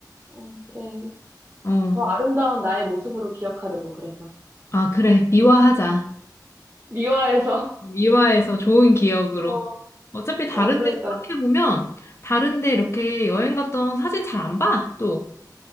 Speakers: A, on the right (about 25°); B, on the left (about 40°).
A: 어, 그래.
B: 어.
A: 더 아름다운 나의 모습으로 기억하려고, 그래서.
B: 아, 그래. 미화하자.
A: 미화해서.
B: 미화해서 좋은 기억으로.
A: <laughs> 어,
B: 어차피 다른데
A: 어, 그러니까.
B: 생각해보면 다른데 이렇게 여행 갔던 사진 잘 안 봐, 또.